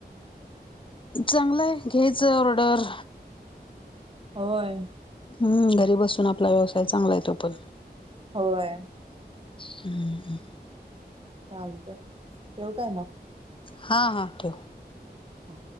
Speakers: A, on the left (about 30°); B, on the right (about 30°).
A: चांगलं हाय घेच ऑर्डर.
B: होय.
A: हं घरी बसून आपला व्यवसाय चांगला आहे तो पण.
B: होय.
A: हम्म हम्म.
B: चालतंय ठेवू काय मग.
A: हा हा ठेव.
B: हा.